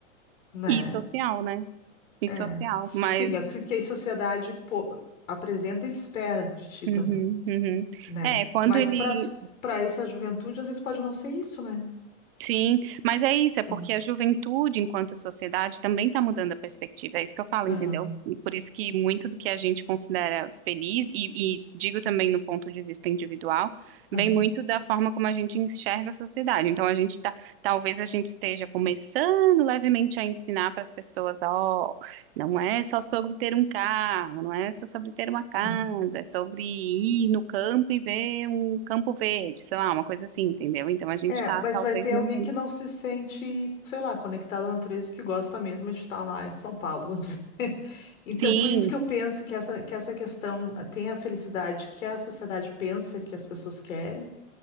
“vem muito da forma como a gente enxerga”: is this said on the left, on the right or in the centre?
Right